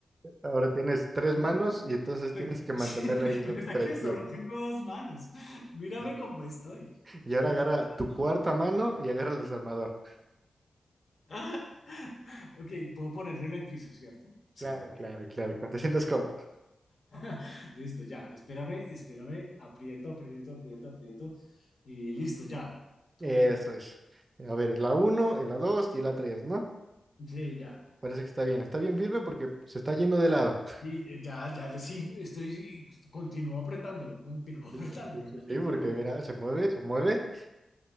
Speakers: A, on the right (about 40°); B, on the left (about 60°).
A: Ahora tienes tres
B: Recuerda
A: manos y entonces
B: re-
A: tienes que
B: <laughs>
A: mantener
B: sí, recuerda
A: ahí las tres
B: que
A: piezas.
B: solo tengo dos manos. Mírame
A: Y,
B: cómo estoy.
A: y ahora
B: Se me
A: agarra
B: va
A: tu
B: todo.
A: cuarta mano y agarra el desarmador.
B: <laughs> Ok, puedo ponerlo en el piso, ¿cierto? Sí.
A: Claro, claro, claro. Cuando te sientas cómodo.
B: <laughs> Listo, ya. Espérame, espérame. Aprieto, aprieto, aprieto, aprieto. Y listo, ya.
A: Eso
B: Ok.
A: es. A ver, la 1, la 2 y la tres ¿no?
B: Sí, ya.
A: Parece que está bien. Está bien firme porque se está yendo de lado.
B: Y ya, ya le sigo. Estoy, continúo apretándolo, continúo <laughs> apretándolo.
A: Sí, sí, sí, sí,
B: No
A: sí,
B: te
A: porque
B: preocupes.
A: mira, se mueve, se mueve.